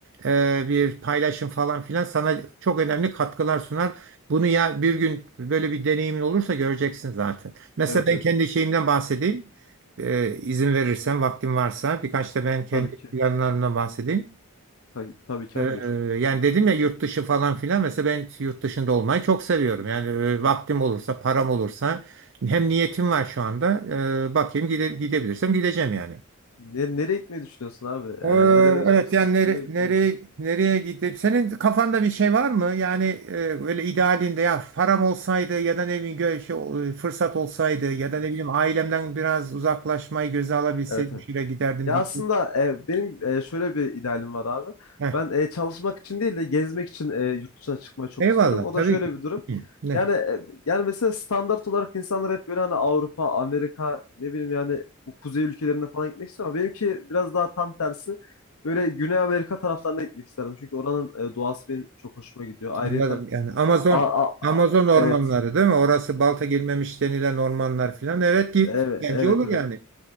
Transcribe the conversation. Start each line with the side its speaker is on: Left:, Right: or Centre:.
Right: e, bir paylaşım falan filan sana çok önemli katkılar sunar. Bunu ya bir gün böyle bir deneyimin olursa göreceksin zaten. Mesela
Left: Evet
Right: ben
Left: evet.
Right: kendi şeyimden bahsedeyim. E, izin verirsen, vaktim varsa birkaç da ben kendi
Left: Tabii ki.
Right: planlarımdan bahsedeyim.
Left: Tabii, tabii ki
Right: Ee,
Left: abi buyur.
Right: yani dedim ya yurt dışı falan filan mesela ben yurt dışında olmayı çok seviyorum. Yani e, vaktim olursa, param olursa hem niyetim var şu anda. Ee, bakayım gide, gidebilirsem gideceğim yani.
Left: Ne, nereye gitmeyi düşünüyorsun abi? E,
Right: Ee,
Left: nerelere
Right: evet
Left: çalışıyorsun?
Right: yani nere,
Left: Nereye gittin
Right: nereye
Left: de?
Right: nereye gidip senin kafanda bir şey var mı? Yani e, böyle idealinde ya param olsaydı ya da ne bileyim gö- şey, e, fırsat olsaydı ya
Left: Evet.
Right: da ne bileyim ailemden biraz uzaklaşmayı göze alabilseydim
Left: Evet evet.
Right: şuraya giderdim
Left: Ya
Right: diye.
Left: aslında e, benim e, şöyle bir idealim var abi.
Right: Heh,
Left: Ben e, çalışmak için değil de gezmek için e, yurt dışına çıkmayı çok
Right: eyvallah
Left: istiyorum. O
Right: tabii
Left: da şöyle
Right: ki.
Left: bir durum.
Right: Hı, ne?
Left: Yani e, yani mesela standart olarak insanlar hep böyle hani Avrupa, Amerika, ne bileyim yani bu kuzey ülkelerine falan gitmek istiyor ama benimki biraz daha tam tersi. Böyle Güney Amerika taraflarına gitmek isterdim. Çünkü oranın e, doğası benim çok hoşuma gidiyor. Ayrıyeten
Right: Anladım. Yani Amazon
Left: a- a- a-
Right: Amazon ormanları
Left: evet,
Right: değil mi? Orası balta girmemiş denilen ormanlar filan. Evet git.
Left: evet,
Right: Bence
Left: evet,
Right: olur
Left: evet.
Right: yani.